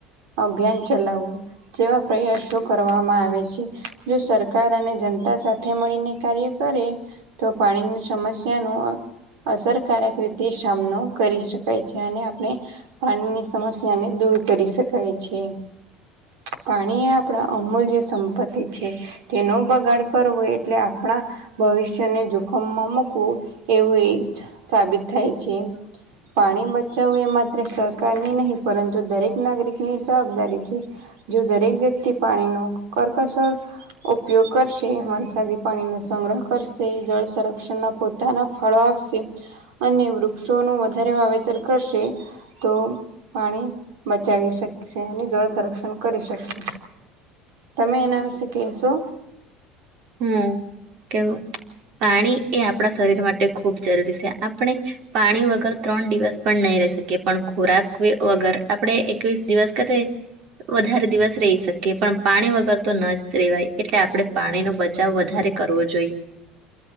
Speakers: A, on the right (about 80°); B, on the right (about 60°).
A: અભિયાન ચલાવું જેવા પ્રયાસો કરવામાં આવે છે જો સરકાર અને જનતા સાથે મળીને કાર્ય કરે તો પાણીની સમસ્યા નું અહ અસરકારક રીતે સામનો કરી શકાય છે અને આપણે પાણીની સમસ્યાને દૂર કરી શકાય છે. પાણી એ આપડા અમૂલ્ય સંપત્તિ છે. તેનો બગાડ કરવો એટલે આપણા ભવિષ્યને જોખમમાં મૂકવું એવું એજ સાબિત થાય છે. પાણી બચાવવું એ માત્ર સરકારની નહી પરંતુ દરેક નાગરિક ની જવાબદારી છે. જો દરેક વ્યક્તિ પાણી નું કરકસર ઉપયોગ કરશે અરસાદી પાણી નો સંગ્રહ કરશે જળ સંરક્ષણના પોતાના ફળો આપશે અને વૃક્ષોનું વધારે વાવેતર કરશે તો પાણી બચાવી શકશે અને જળ સંરક્ષણ કરી શકશે. તમે એના વિશે કહેશો
B: હમ્મ કેવું પાણી એ આપડા શરીર માટે ખૂબ જરૂરી છે આપણે પાણી વગર ત્રણ દિવસ પણ નહીં રહી શકીએ પણ ખુરાક એ વગર આપડે એકવીસ દિવસ કા તે વધારે દિવસ રહી શકીએ પણ પાણી વગર તો ન જ રેવાય એટલે આપડે પાણીનો બચાવ વધારે કરવો જોઈએ.